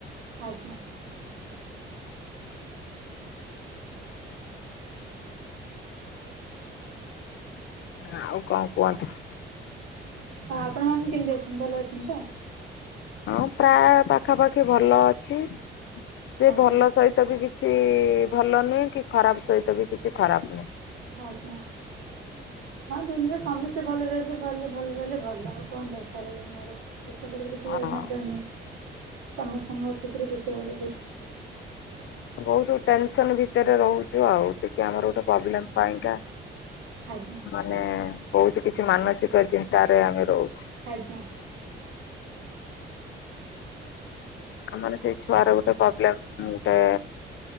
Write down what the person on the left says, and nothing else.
ଆଉ କଁ କୁହନ୍ତୁ?
ହଁ ପ୍ରାୟ ପାଖାପାଖି ଭଲ ଅଛି, ସେ
ଭଲ ସହିତ ବି କି ଛି ଭଲ ନୁହେଁ କି ଖରାପ ସହିତ ବି କିଛି ଖରାପ ନୁହେଁ।
ହଁ।
ବହୁତ ଟେନସନ ଭିତରେ ରହୁଚୁ ଆଉ ଟିକେ ଆମର ଗୋଟେ ପ୍ରୋବ୍ଲେମ ପାଇଁ କା
ମାନେ ବହୁତ କିଛି ମାନସିକ ଚିନ୍ତାରେ ଆମେ ରହୁଚୁ।
ଆମର ସେଇ ଛୁଆର ଗୁଟେ ପ୍ରୋବ୍ଲେମ ଗୁଟେ